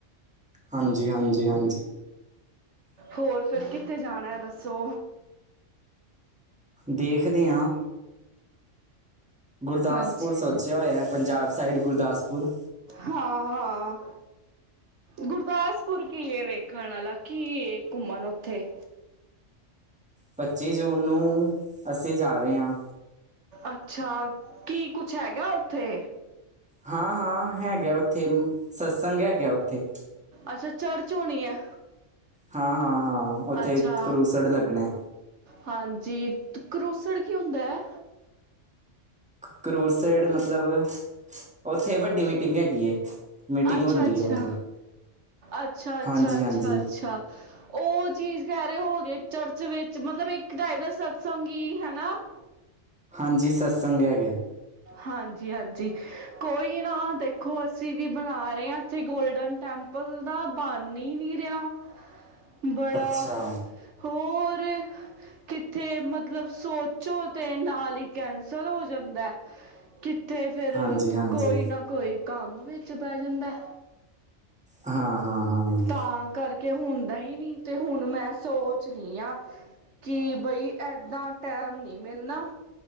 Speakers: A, in the centre; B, on the right.
A: ਹਾਂਜੀ- ਹਾਂਜੀ -ਹਾਂਜੀ
B: ਹੋਰ ਫਿਰ ਕਿੱਥੇ ਜਾਣਾ ਹੈ ਦੱਸੋ
A: ਦੇਖਦੇ ਆਂ। ਗੁਰਦਾਸਪੁਰ
B: ਹਾਂਜੀ
A: ਸੋਚਿਆ ਹੋਇਆ। ਪੰਜਾਬ ਸਾਈਡ ਗੁਰਦਾਸਪੁਰ।
B: ਹਾਂ-ਹਾਂ। ਗੁਰਦਾਸਪੁਰ ਕੀ ਏ ਵੇਖਣ ਵਾਲਾ, ਕੀ ਏ ਘੁੰਮਣ ਉੱਥੇ?
A: ਪੱਚੀ ਜੂਨ ਨੂੰ ਅਸੀਂ ਜਾ ਰਹੇ ਆ।
B: ਅੱਛਾ। ਕੀ ਕੁੱਛ ਹੈਗਾ ਉੱਥੇ?
A: ਹਾਂ-ਹਾਂ ਹੈਗਾ ਉੱਥੇ, ਮ ਸਤਸੰਗ ਹੈਗਾ ਉੱਥੇ।
B: ਅੱਛਾ ਚਰਚ ਹੋਣੀ ਐ।
A: ਹਾਂ-ਹਾਂ-ਹਾਂ ਉੱਥੇ
B: ਅੱਛਾ
A: ਕਲੂਸੜ ਲੱਗਣਾ ਐ।
B: ਹਾਂਜੀ। ਤ ਕਲੂਸੜ ਕੀ ਹੁੰਦਾ ਐ।
A: ਕਲੂਸੜ ਮਤਲਬ, ਉੱਥੇ ਵੱਡੀ ਮੀਟਿੰਗ ਹੈਗੀ ਏ। ਮੀਟਿੰਗ
B: ਅੱਛਾ-ਅੱਛਾ,
A: ਹੁੰਦੀ ਹੈ ਮਤਲਬ
B: ਅੱਛਾ-ਅੱਛਾ,
A: ਹਾਂਜੀ
B: ਅੱਛਾ-ਅੱਛਾ।
A: ਹਾਂਜੀ
B: ਉਹ ਚੀਜ਼ ਕਹਿ ਰਹੇ ਹੋ ਗਏ ਚਰਚ ਵਿੱਚ ਮਤਲਬ ਇੱਕ ਟਾਈ ਦਾ ਸਤਸੰਗ ਹੀ ਹਨਾ <inaudible>
A: ਹਾਂਜੀ ਸਤਸੰਗ ਹੈਗਾ
B: ਹਾਂਜੀ- ਹਾਂਜੀ ਕੋਈ ਨਾ ਦੇਖੋ ਅਸੀਂ ਵੀ ਬਣਾ ਰਹੇ ਆ ਇਥੇ ਗੋਲਡਨ ਟੈਂਪਲ ਦਾ, ਬਣ ਹੀ ਨੀ ਰਿਹਾ ਬੜਾ,
A: ਅੱਛਾ,
B: ਹੋਰ ਕਿੱਥੇ ਮਤਲਬ ਸੋਚ ਸੋਚਣ ਤੇ ਨਾਲ ਹੀ ਕੈਂਸਲ ਹੋ ਜਾਂਦਾ, ਕਿੱਥੇ ਫਿਰ
A: ਹਾਂਜੀ-ਹਾਂਜੀ,
B: ਕੋਈ ਨਾ ਕੋਈ ਕੰਮ ਵਿੱਚ ਬਹਿ ਜਾਂਦਾ
A: ਹਾਂ- ਹਾਂ -ਹਾਂ
B: ਤਾਂ ਕਰਕੇ ਹੁੰਦਾ ਹੀ ਨੀ ਤੇ ਹੁਣ ਮੈਂ ਸੋਚ ਰਹੀ ਹਾਂ ਕੀ ਬਈ ਇੱਦਾਂ ਟਾਈਮ ਨਹੀਂ ਮਿਲਣਾ